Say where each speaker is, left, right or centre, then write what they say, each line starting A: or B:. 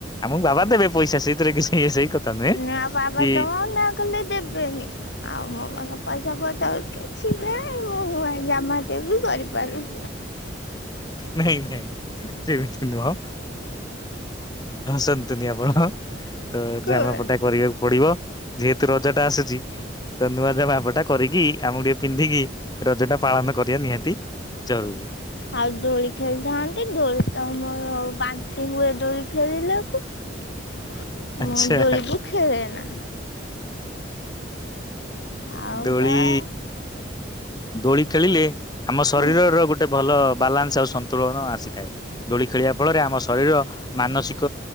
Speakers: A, on the left; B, on the left.
A: ଆମକୁ ବାବା ଦେବେ ପଇସା ସେଇଥିରେ କିଛି କଥା ନୁହେଁ
B: ନା ବାବା
A: କି
B: ତ ମନା କଲେ ଦେବେନି ଆଉ ମୋ ମାଙ୍କ ପଇସା ପତ କିଛି ନାଇଁ ମୁଁ ଜାମାଟେ ବି କରିପାରୁନି।
A: ନାଇଁ ନାଇଁ ସେମିତି ନୁହ ଆ ହସନ୍ତୁନି ଆପଣ ତ
B: କୁହନି
A: ଜାମା ପଟା କରିବାକୁ ପଡିବ ଯେହେତୁ ରଜ ଟା ଆସୁଛି। ତ ନୂଆ ଯାମା ପଟା କରିକି ଆମେ ଟିକେ ପିନ୍ଧିକି ରଜ ଟା ପାଳନ କରିବା ନିହାତି। ଜରୁରି।
B: ଆଉ ଦୋଳି ଖେଳିଥାନ୍ତି ଡୋଳି ତ ଆମର ବାନ୍ତି ହୁଏ ଦୋଳି ଖେଳିଲାକୁ। ମୁଁ
A: ଆଚ୍ଛା
B: ଡରିିକି ଖେଳେନା? ଆଉ
A: ଦୋଳି
B: ତା
A: ଦୋଳି ଖେଳିଲେ ଆମ ଶରୀରର
B: ସେତାର
A: ଗୋଟେ ଭଲ ବାଲାନ୍ସ ଆଉ ସନ୍ତୁଳନ ଆସିଥାଏ। ଦୋଳି ଖେଳିବା ଫଳରେ ଆମ ଶରୀର ମାନସିକ